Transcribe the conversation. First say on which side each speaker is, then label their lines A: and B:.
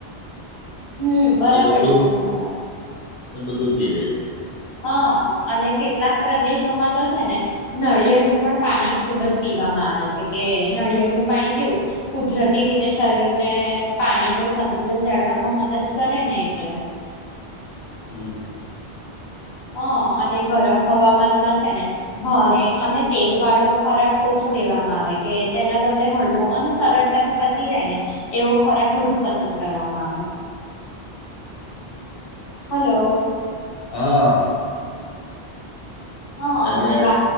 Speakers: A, on the left (about 30°); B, on the left (about 65°).
A: હમ બરાબર
B: એ બધું
A: છે તમાર વાત.
B: એ બધું પીવે.
A: હા, અને કેટલાક પ્રદેશોમાં તો છે ને નાળિયેળનું પણ પાણી ખુબ જ પી વામાં આવે છે કે નળિયળ નું પાણી કેવું કુદરતી રીતે શરીર ને પાણી નું સંતુલન જાળવામાં મદદ કરે ને એટલે.
B: હમ.
A: હ અને ગરમ હવામાનમાં છે ને ભારે અને તેલ વાળો ખોરાક ઓછો લેવામાં આવે કે તેના બદલે હળવો અને સરળતાથી પચી જાય ને એવો ખોરાક વધુ પસંદ કરવામાં આવે. હલો.
B: હા
A: હા
B: એટલે
A: અને બ